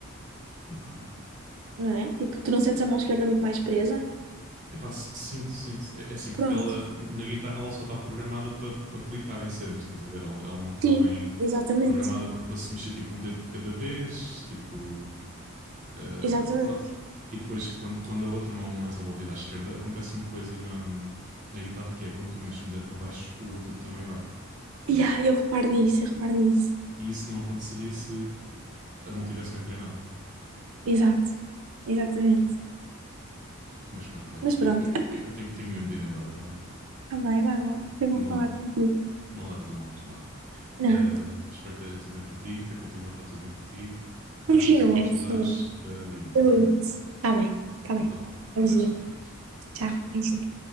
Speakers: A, on the right; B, on the right.
A: ok.
B: não é? Tipo, tu não sentes a mão esquerda muito mais presa?
A: Epá, s- sinto, sinto. É, é assim, porque
B: Pronto,
A: ela, na guitarra, ela só está programada para clicar em cenas, estás a ver? Ela, ela não está
B: sim,
A: bem
B: exatamente,
A: programada para se mexer tipo um dedo de cada vez, tipo. Uh,
B: exatamente.
A: pronto. E depois, quando, quando a outra mão não é desenvolvida à esquerda, acontece uma coisa na, na guitarra que é quando tu mexes um dedo para baixo, o outro também vai. Estás a
B: E
A: ver?
B: ah, eu reparo nisso, eu reparo nisso.
A: E isso não aconteceria se a mão tivesse bem treinada.
B: Exato, exatamente.
A: Mas pronto, olha,
B: Mas
A: eu,
B: pronto,
A: eu- eu tenho, tenho mesmo de ir embora, está bem?
B: tá bem, vai lá, foi bom
A: Não,
B: falar
A: le-
B: contigo.
A: não leves a mão, vá.
B: Não,
A: Uh, espero que esteja tudo bem contigo, espero que continue a estar tudo bem contigo.
B: continua,
A: Qualquer coisa que tu
B: continua.
A: precisares, uh, liga-me, está
B: Eu
A: bem?
B: ligo-te. Tá bem, tá
A: Então
B: bem.
A: vá.
B: Beijinho,
A: Tchau, tchau, Beatriz. Tchau,
B: tchau,
A: tchau.
B: beijinho.